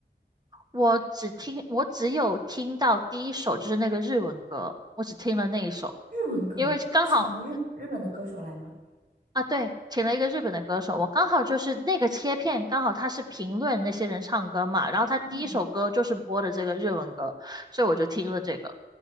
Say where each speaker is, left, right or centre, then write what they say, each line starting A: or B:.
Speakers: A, on the right; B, on the right.
A: 我只听，我只有听到第一首就是那个日文歌，我只听了那一首，
B: 日文歌，
A: 因为刚好
B: 他请了日日本的歌手来吗？
A: 啊，对，请了一个日本的歌手，我刚好就是那个切片，刚好他是评论那些人唱歌嘛，然后他第一首歌就是播的这个日文歌，
B: 嗯，
A: 所以我就听了这个。